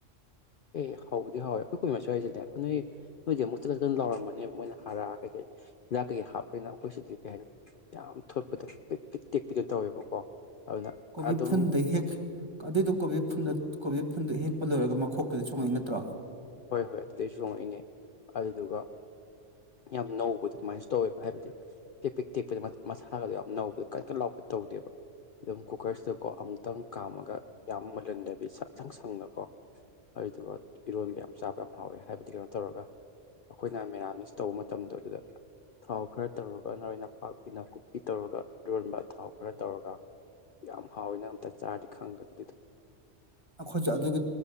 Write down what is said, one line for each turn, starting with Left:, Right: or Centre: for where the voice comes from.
Left: ꯑꯦ ꯍꯥꯎꯕꯨꯗꯤ ꯍꯥꯎꯋꯦ ꯑꯩꯈꯣꯏ ꯀꯨꯏ ꯃꯥꯏꯁꯨ ꯍꯥꯏꯏꯁꯤꯅꯦ ꯑꯩꯈꯣꯏ ꯅꯣꯏ ꯅꯣꯏꯗꯤ ꯑꯃꯨꯛ ꯆꯠ ꯆ ꯆꯅ ꯂꯥꯎꯔꯝꯕꯅꯦ ꯃꯣꯏꯅ ꯍꯥꯔꯛꯑꯒꯩꯀꯩ ꯍꯤꯗꯥꯛ ꯀꯩꯀꯩ ꯍꯥꯞꯄꯅꯤꯅ ꯑꯩꯈꯣꯏꯁꯤꯗꯤ ꯀꯩ ꯍꯥꯏꯅꯤ ꯌꯥꯝ ꯊꯣꯠꯄꯗꯣ ꯄꯤꯛ ꯄꯤꯛ ꯇꯦꯛꯄꯤꯗꯣ ꯇꯧꯋꯦꯕꯀꯣ ꯑꯗꯨꯅ
Right: ꯀꯣꯕꯤ
Left: ꯑꯗꯨꯝ
Right: ꯐꯨꯟꯗꯩ ꯍꯦꯛ ꯑꯗꯨꯏꯗꯨ ꯀꯣꯕꯤ ꯐꯨꯗ ꯀꯣꯕꯤ ꯐꯨꯟꯗꯨ ꯍꯦꯛꯄ ꯂꯣꯏꯔꯒ ꯃꯈꯣꯛꯀꯤꯗ ꯆꯣꯡꯉꯛꯏ ꯅꯠꯇ꯭ꯔꯣ
Left: ꯍꯣꯏ ꯍꯣꯏ ꯑꯗꯨꯗꯩ ꯁꯣꯡꯉꯛꯏꯅꯦ ꯑꯗꯨꯗꯨꯒ ꯌꯥꯝ ꯅꯧꯕꯗꯣ ꯑꯗꯨꯃꯥꯏꯁꯨ ꯇꯧꯋꯦꯕ ꯍꯥꯏꯕꯗꯤ ꯇꯦꯛ ꯄꯦꯛ ꯇꯦꯛꯄꯗ ꯃꯁꯥꯒꯗꯣ ꯌꯥꯝ ꯅꯧꯕꯗ ꯀꯟꯅ ꯀꯟꯅ ꯂꯥꯎꯕ ꯇꯧꯗꯦꯕ ꯑꯗꯨꯝ ꯀꯨꯀꯔꯁꯤꯗꯀꯣ ꯑꯃꯨꯛꯇꯪ ꯀꯥꯝꯃꯒ ꯌꯥꯝ ꯃꯨꯜꯍꯟꯗꯕꯤ ꯁꯛ ꯁꯪ ꯁꯪꯅꯀꯣ ꯑꯗꯨꯗꯨꯒ ꯏꯔꯣꯟꯕ ꯌꯥꯝ ꯆꯥꯕ ꯌꯥꯝ ꯍꯥꯎꯋꯦ ꯍꯥꯏꯕꯗꯤ ꯀꯩꯅꯣ ꯇꯧꯔꯒ ꯑꯩꯈꯣꯏꯅ ꯃꯦꯔꯥꯃꯤꯁ ꯇꯧꯕ ꯃꯇꯝꯗꯣ ꯑꯗꯨꯗ ꯊꯥꯎ ꯈꯔ ꯇꯧꯔꯒ ꯅꯣꯏ ꯅꯄꯥꯛꯄꯤ ꯅꯥꯀꯨꯞꯄꯤ ꯇꯧꯔꯒ ꯂꯣꯟꯕ ꯊꯥꯎ ꯈꯔ ꯇꯧꯔꯒ ꯌꯥꯝ ꯍꯥꯎꯋꯤꯅ ꯑꯝꯇ ꯆꯥꯗꯤ ꯈꯪꯗ ꯑꯗꯨꯗꯣ
Right: ꯑꯩꯈꯣꯏꯁꯨ ꯑꯗꯨꯒꯤ